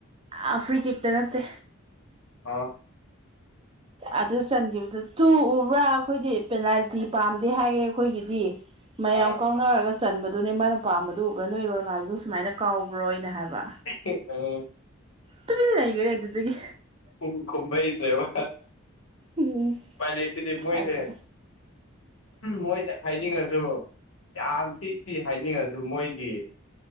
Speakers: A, on the right; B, on the left.
A: ꯑ ꯐ꯭ꯔꯤ ꯀꯤꯛꯇ ꯅꯠꯇꯦ
B: ꯑꯣ
A: ꯑꯗꯨ ꯆꯟꯒꯤꯕꯗꯨ ꯇꯨ ꯎꯕ꯭ꯔꯥ ꯑꯈꯣꯏꯗꯤ ꯄꯦꯅꯥꯜꯇꯤ ꯄꯥꯝꯗꯦ ꯍꯥꯏꯌꯦ ꯑꯈꯣꯏꯒꯤꯗꯤ ꯃꯌꯥꯝ
B: ꯑꯥ
A: ꯀꯥꯎꯅꯔꯒ
B: ꯑꯥ
A: ꯆꯟꯕꯗꯨꯅꯦ ꯃꯥꯅ ꯄꯥꯝꯕꯗꯨ ꯎꯕ꯭ꯔꯥ ꯅꯣꯏ ꯔꯣꯅꯥꯜꯗꯣ ꯁꯨꯃꯥꯏꯅ ꯀꯥꯎꯕ꯭ꯔꯣ ꯑꯩꯅ ꯍꯥꯏꯕ
B: <unintelligible>
A: ꯇꯨꯃꯤꯟ ꯂꯩꯒꯔ꯭ꯦ ꯑꯗꯨꯗꯒꯤ
B: <unintelligible> ꯈꯨꯝꯕ ꯍꯩꯇ꯭ꯔꯦꯕ
A: ꯎꯝ
B: ꯄꯥꯏ ꯂꯦꯇꯗꯤ ꯃꯣꯏꯁꯦ
A: ꯑꯩꯅ
B: ꯃꯣꯏꯁꯦ ꯍꯥꯏꯅꯤꯡꯉꯁꯨ ꯌꯥꯝ ꯊꯤ ꯊꯤ ꯍꯥꯏꯅꯤꯡꯉꯁꯨ ꯃꯣꯏꯒꯤ